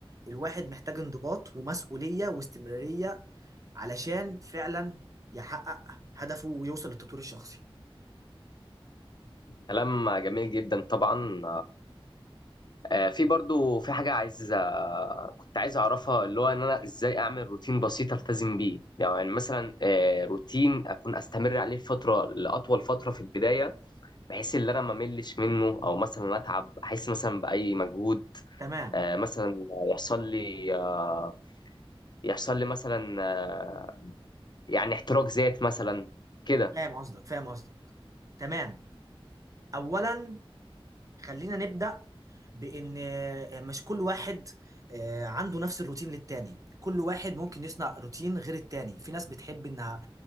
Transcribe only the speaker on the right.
الواحد محتاج انضباط ومسؤولية واستمرارية علشان فعلا يحقق هدفه ويوصل للتطوير الشخصي
تمام
فاهم قصدك فاهم قصدك تمام اولا خلينا نبدأ بإن آه، مش كل واحد آه، عنده نفس الروتين للتاني كل واحد ممكن يصنع روتين غير التاني في ناس بتحب إنها